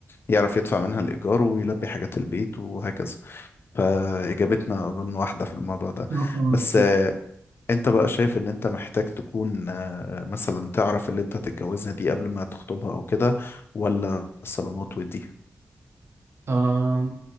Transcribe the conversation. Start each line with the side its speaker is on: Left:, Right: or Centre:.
Left: يعرف يدفع منها الايجار ويلبي حاجات البيت وهكذا فاجابتنا اظن واحدة في الموضوع ده
Right: طب- طب-
Left: بس آه، انت بقى شايف ان انت محتاج تكون آه، مثلا تعرف اللي انت تتجوزها دي قبل ما تخطبها او كده ولا الصالونات ودي
Right: آه